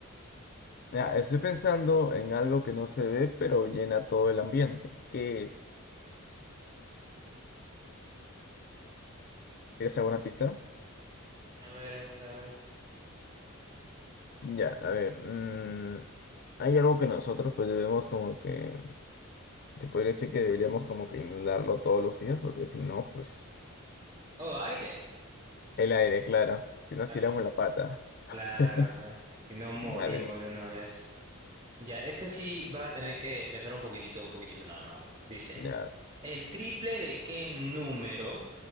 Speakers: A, on the left (about 45°); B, on the right (about 35°).
A: ya, estoy pensando en algo que no se ve, pero llena todo el ambiente. ¿Qué es? ¿Quieres alguna pista?
B: A ver, a ver, a ver.
A: Ya, a ver. mm, hay algo que nosotros pues debemos como que... Te podría decir que deberíamos como que inhalarlo todos los días, porque si no, pues...
B: Oh, aire.
A: El aire, claro. Si nos
B: Cla-
A: tiramos la pata.
B: Claro,
A: <laughs>
B: claro. Si no morimos
A: Dale,
B: de una vez. Ya, esta sí va a tener que pensar un poquitito, un poquitito nada más. Dice,
A: ya.
B: ¿el triple de qué número